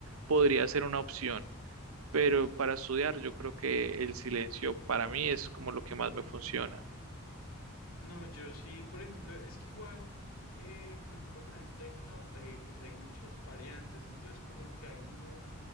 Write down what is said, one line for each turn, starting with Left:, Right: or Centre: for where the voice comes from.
Right: podría ser una opción. Pero para estudiar, yo creo que el silencio para mí es como lo que más me funciona.
Left: No, yo sí, por ejemplo, es que igual, eh, por ejemplo, con el techno, eh, pues hay muchas variantes, entonces como que hay uno,